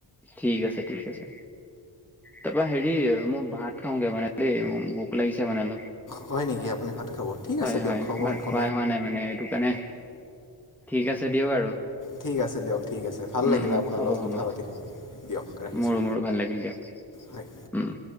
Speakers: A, in the centre; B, on the left.
A: ঠিক আছে, ঠিক আছে। তাপা হেৰি, মোৰ ভাত খাওগে মানে দেই, মোৰ ভোক লাগিছে মানে অলপ।
B: হয় নেকি? আপুনি ভাত খাব। ঠিক
A: হয়
B: আছে দিয়ক
A: হয়,
B: হ'ব
A: ভাত
B: একো
A: খোৱাই হোৱা নাই মানে সেইটো কাৰণে। ঠিক আছে দিয়ক আৰু।
B: ঠিক আছে দিয়ক ঠিক আছে, ভাল
A: উম
B: লাগিলে
A: উম
B: আপোনাৰ
A: হ'ব
B: লগত
A: হ'ব
B: কথা পাতি। দিয়ক ৰাখিছোঁ
A: মোৰো মোৰো ভাল লাগিল দিয়ক,
B: হয়।
A: উম।